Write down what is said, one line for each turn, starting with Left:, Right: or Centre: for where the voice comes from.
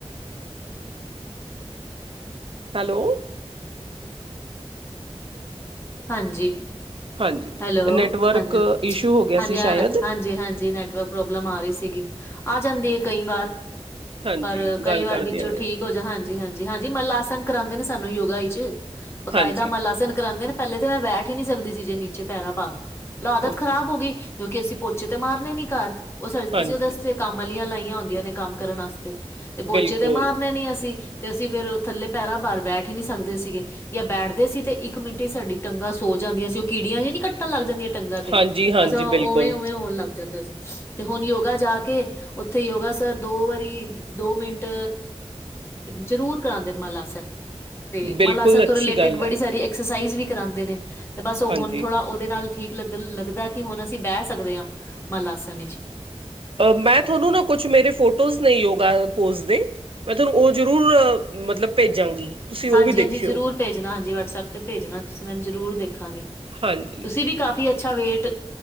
Right: ਹੈਲੋ
Left: ਹਾਂਜੀ
Right: ਹਾਂਜੀ
Left: ਹੈਲੋ
Right: ਨੈਟਵਰਕ
Left: ਹਾਂਜੀ
Right: ਇਸ਼ੂ ਹੋ ਗਿਆ
Left: ਹਾਂਜੀ
Right: ਸੀ ਸ਼ਾਇਦ
Left: ਹ ਨਾ ਹਾਂਜੀ ਹਾਂਜੀ ਨੈਟਵਰਕ ਪ੍ਰੋਬਲਮ ਆ ਰਹੀ ਸੀਗੀ ਆ ਜਾਂਦੀ ਹੈ ਕਈ ਵਾਰ
Right: ਹਾਂਜੀ
Left: ਪਰ ਕਈ
Right: ਗੱਲ
Left: ਵਾਰ
Right: ਕਰਦਿਆਂ
Left: ਵਿੱਚੋਂ
Right: ਮੈਂ
Left: ਠੀਕ ਹੋ ਜਾ ਹਾਂਜੀ ਹਾਂਜੀ ਜੀ ਹਾਂਜੀ ਮੱਲ ਆਸਨ ਕਰਾਉਂਦੇ ਨੇ ਸਾਨੂੰ ਯੋਗਾ ਚ ਬਕਾਇਦਾ
Right: ਹਾਂਜੀ
Left: ਮਾਲ ਆਸਨ ਕਰਾਉਂਦੇ ਨੇ ਪਹਿਲੇ ਤੇ ਮੈਂ ਬੈਠ ਹੀ ਨੀ ਸਕਦੀ ਸੀ ਜੇ ਨੀਚੇ ਪੈਰਾਂ ਭਾਰ ਆਦਤ
Right: ਓਕੇ
Left: ਖ਼ਰਾਬ ਹੋ ਗਈ ਕਿਉਂਕਿ ਅਸੀਂ ਪੋਚੇ ਤੇ ਮਾਰਨੇ ਨਹੀਂ ਘਰ ਉਹ
Right: ਹਾਂਜੀ
Left: ਅਸੀਂ ਉਹਦੇਸਤੇ ਕੰਮਲੀਆਂ ਲਾਈਆਂ ਹੁੰਦੀਆਂ ਨੇ ਕੰਮ ਕਰਨ ਵਾਸਤੇ ਤੇ ਪੋਚੇ
Right: ਬਿਲਕੁਲ
Left: ਤੇ ਮਾਰਨੇ ਨਹੀਂ ਅਸੀ ਤੇ ਅਸੀਂ ਫਿਰ ਉਹ ਥੱਲੇ ਪਹਿਰਾਂ ਭਾਰ ਬੈਠ ਹੀ ਨਹੀਂ ਸਕਦੇ ਸੀਗੇ ਜਾਂ ਬੈਠਦੇ ਸੀ ਤੇ ਇੱਕ ਮਿੰਟ ਸਾਡੀ ਟੰਗਾਂ ਸੋ ਜਾਂਦੀਆਂ ਸੀ ਉਹ ਕੀੜੀਆਂ ਨੀ ਕੱਟਣ ਲੱਗ ਜਾਂਦੀਆਂ ਟੰਗਾਂ ਤੇ
Right: ਹਾਂਜੀ ਹਾਂਜੀ
Left: ਬਸ ਉਵੇਂ-ਉਵੇਂ
Right: ਬਿਲਕੁਲ
Left: ਹੋਣ ਲੱਗ। ਜਾਂਦਾ ਸੀ ਤੇ ਹੁਣ ਯੋਗਾ ਜਾ ਕੇ। ਉੱਥੇ ਯੋਗਾਸ ਦੋ ਵਾਰੀ ਦੋ ਮਿੰਟ ਜਰੂਰ ਕਰਾਂਦੇ ਨੇ ਮਲ ਆਸਨ ਤੇ
Right: ਬਿਲਕੁਲ
Left: ਮਲ ਆਸਨ
Right: ਅੱਛੀ
Left: ਤੋਂ ਰਿਲੇਟਿਡ
Right: ਗੱਲ
Left: ਬੜੀ
Right: ਹੈ
Left: ਸਾਰੀ ਐਕਸਸਾਈਜ਼ ਵੀ ਕਰਾਉਂਦੇ ਨੇ ਤੇ ਬਸ ਉਹ
Right: ਹਾਂਜੀ
Left: ਹੁਣ ਥੋੜਾ ਉਹਦੇ ਨਾਲ ਠੀਕ ਲੱਗਣ ਲੱਗਦਾ ਕਿ ਹੁਣ ਅਸੀਂ ਬਹਿ ਸਕਦੇ ਹਾਂ ਮਲ ਆਸਣ ਵਿੱਚ
Right: ਅ ਮੈਂ ਤੁਹਾਨੂੰ ਨਾ ਕੁਛ ਮੇਰੇ ਫੋਟੋਜ਼ ਨੇ ਯੋਗਾ ਪੋਜ਼ ਦੇ ਮੈਂ ਤੁਹਾਨੂੰ ਉਹ ਜਰੂਰ ਮਤਲਬ ਭੇਜਾਂਗੀ ਤੁਸੀਂ ਉਹ
Left: ਹਾਂਜੀ-ਹਾਂਜੀ
Right: ਵੀ ਦੇਖਿਓ
Left: ਜਰੂਰ ਭੇਜਣਾ ਹਾਂਜੀ ਵਟਸਐਪ ਤੇ ਭੇਜਣਾ ਤੁਸੀਂ ਮੈਨੂੰ ਜਰੂਰ ਦੇਖਾਂਗੇ
Right: ਹਾਂਜੀ
Left: ਤੁਸੀਂ ਵੀ ਕਾਫੀ ਅੱਛਾ ਵੇਟ।